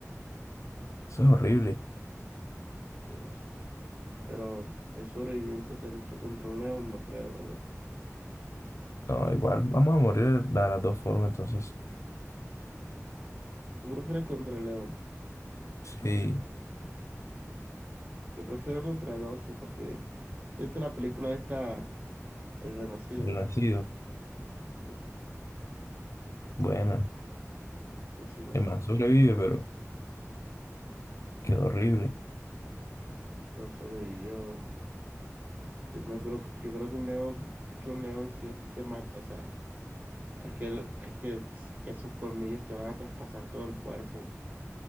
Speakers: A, on the left; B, on the right.
A: eso es horrible.
B: Dios. Pero hay sobrevivientes de lucha contra un león, no creo, ¿verdad?
A: No, igual vamos a morir de la- las dos formas, entonces,
B: ¿Tú prefieres contra el león?
A: sí,
B: Yo prefiero contra el oso, porque viste la película esta, El Renacido,
A: el nacido,
B: sí,
A: buena,
B: encima.
A: el man sobrevive, pero quedó horrible.
B: No sobrevivió. Eh, No creo, que- yo creo que un león, es que un león sí o sí te mata, o sea, es que, el- es que, que esos colmillos te van a traspasar todo el cuerpo